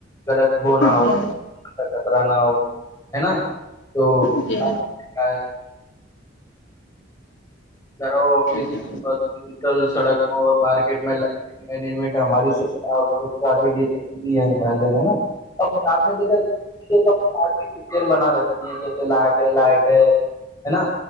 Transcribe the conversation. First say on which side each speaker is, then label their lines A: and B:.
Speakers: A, on the left; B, on the left.
A: غلط وہ نہ ہو
B: جی
A: کا خطرہ نہ ہو ہے نا تو
B: جی
A: کیا
B: جی
A: ہے را
B: جی
A: بکل سڑک اور مارکیٹ میں ل منیجمنٹ ہماری س سرا کے لیےی ہے بھائی جان ہے نا ا آپ نے دیکھا سب بنا رکھتی ہیں جیسے لائٹ ہے لائٹ ہے ہے نا